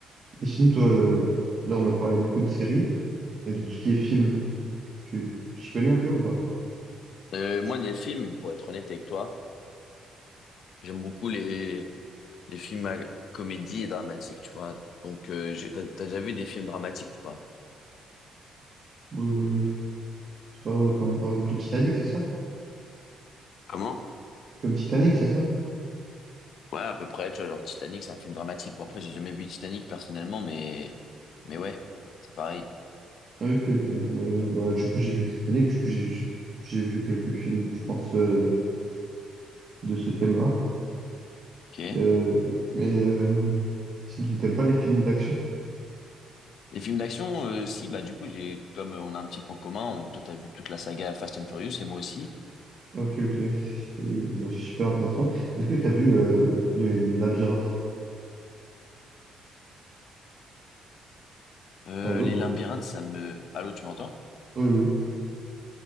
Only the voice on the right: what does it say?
et sinon, toi, euh, là, on a parlé beaucoup de séries, et dans tout ce qui est film, tu tu t'y connais un peu ou pas?
Euh, je sais pas, ouais, comme par exemple le Titanic, c'est ça?
Comme Titanic, c'est ça?
Ah, Ok, ok. Moi, je- bah, du coup, j'ai vu Titanic, du coup, j'ai j'ai vu quelques films, je pense, euh, de ce thème-là.
Euh, mais euh, si tu n'aimes pas les films d'action,
ok, ok, c'est bah, c'est super intéressant. Est-ce que tu as vu euh, les, les labyrinthes?
Allô
Oui, oui.